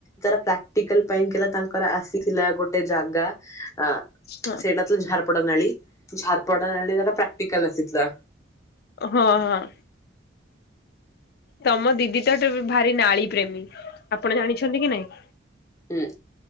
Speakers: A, on the left; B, on the left.
A: ତାର ପ୍ରାକ୍ଟିକାଲ ପାଇଁ ହେଲା ତାଙ୍କର ଆସି ଥିଲା ଗୋଟେ ଜାଗା ଅ
B: ହଁ।
A: ସେଇଟା ଥିଲା ଝାରପଡା ନାଳୀ ଝାର ପଢ ଆ ପ୍ରାକ୍ଟିକଲ ଆସିଥିଲା।
B: ହଁ ହଁ ତମ ଦିଦି ତେ ଭାରି ନାଳ ପ୍ରେମୀ ଆପଣ ଜାଣିଛନ୍ତି କି ନାଇଁ?
A: ହୁଁ।